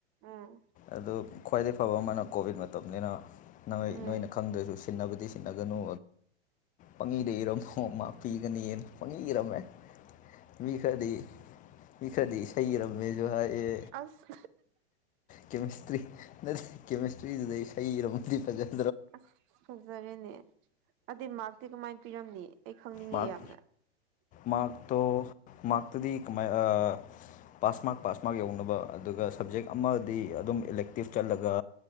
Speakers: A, on the right; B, on the left.
A: ꯎꯝ
B: ꯑꯗꯨ ꯈ꯭ꯋꯥꯏꯗꯒꯤ ꯐꯕ ꯑꯃꯅ ꯀꯣꯚꯤꯠ ꯃꯇꯝꯅꯤꯅ ꯅꯣꯏ
A: ꯎꯝ
B: ꯅꯣꯏꯅ ꯈꯪꯗ꯭ꯔꯁꯨ ꯁꯤꯟꯅꯕꯨꯗꯤ ꯁꯤꯠꯟꯅꯒꯅꯨ ꯄꯪꯏꯗ ꯏꯔꯝꯃꯣꯃꯥ ꯄꯤꯒꯅꯤꯅ ꯄꯪꯏ ꯏꯔꯝꯃꯦ ꯃꯤ ꯈꯗꯤ ꯃꯤ ꯈꯗꯤ ꯏꯁꯩ ꯏꯔꯝꯃꯦꯁꯨ ꯍꯥꯏꯌꯦ
A: ꯑꯁ
B: ꯀꯦꯃꯤꯁꯇ꯭ꯔꯤ ꯅꯁ ꯀꯦꯃꯤꯁꯇ꯭ꯔꯤꯗꯨꯗꯩ ꯍꯩꯔꯝꯕꯨꯗꯤ ꯐꯖꯩꯦ
A: ꯑꯁ ꯐꯖꯔꯦꯅꯦ ꯑꯗꯩ ꯃꯥꯔꯛꯇꯤ ꯀꯃꯥꯏꯅ ꯄꯤꯔꯝꯅꯤ ꯑꯩ ꯈꯪꯅꯤꯡꯉꯦ
B: ꯃꯥꯒ
A: ꯌꯥꯝꯅ
B: ꯃꯥꯒ ꯇꯣ ꯃꯥꯛꯇꯨꯗꯤ ꯀꯃꯥꯏ ꯑ ꯄꯥꯁ ꯃꯥꯛ ꯄꯥꯁ ꯃꯥꯛ ꯌꯧꯅꯕ ꯑꯗꯨꯒ ꯁꯞꯖꯦꯛ ꯑꯃꯗꯤ ꯑꯗꯨꯝ ꯏꯂꯦꯛꯇꯤꯞ ꯆꯠꯂꯒ